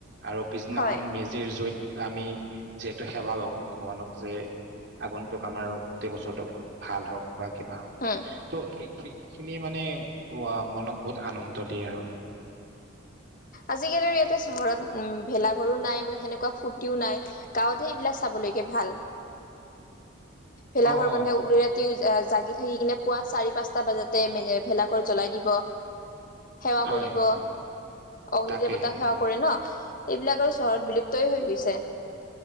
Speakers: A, on the right (about 55°); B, on the left (about 40°).
A: আৰু পিছদিনাখন
B: হয়
A: মেজিৰ জুইত আমি যিহেতু, সেৱা লওঁ ভগৱানক যে আগন্তুক আমাৰ গোটেই বছৰটো ভাল হওক। বা কিবা হওক
B: উম
A: ত সেই সেই খিনিয়ে মানে মনত বহুত আনন্দ দিয়ে আৰু।
B: আজিকালি আৰু ইয়াতে চহৰত উ ভেলাঘৰো নাই বা সেনেকুৱা ফুৰ্তিও নাই গাঁৱতহে এইবিলাক চাবলৈকে ভাল। ভেলা
A: অ অ
B: ঘৰ বন্ধে উৰি ৰাতি। জাগি থাকি কিনে পুৱা চাৰি পাঁচটা বজাতে ভেলাঘৰ জ্বলাই দিব। সেৱা
A: হয়
B: কৰিব। অগ্নি
A: তাকে
B: দেৱতাক সেৱা কৰে ন। এইবিলাক আৰু চহৰত বিলুপ্তয় হৈ গৈছে।